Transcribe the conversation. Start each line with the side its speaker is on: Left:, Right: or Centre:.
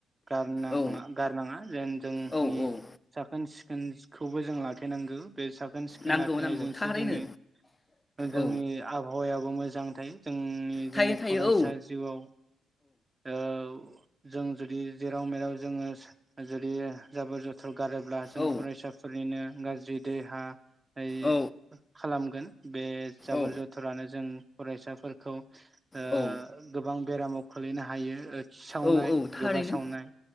Right: गारनो नाङा
Left: औ
Right: गारनाङा जों जोंनि
Left: औ औ
Right: साखोन सि सिखोनखौबो जों लाखि नांगौ। बेसाग खोन औसिखोन
Left: नांगौ
Right: लाखिनायजोंसो
Left: नांगौ थारैनो
Right: जोंनि ओ जोंनि
Left: औ
Right: आबहावायाव बु मोजां थायो। जोंनि
Left: थायो
Right: जोंनि
Left: थायो
Right: फरायसा
Left: औ
Right: जिउआव औ जों जुदि जेराव मेराव जोङो जुदि जाबोर जोथ गारोब्ला जों
Left: औ
Right: फरायसाफोरनिनो गाज्रि देहा आय ए
Left: औ
Right: खालामगोन बे जाबोर
Left: औ
Right: जथोरानो जों फरायसाफोरखौ ओ
Left: औ
Right: गोबां बेरामाव खोलैनो हायो ओ खिसावनाय
Left: औ औ थारैनो
Right: गोबा सावनाय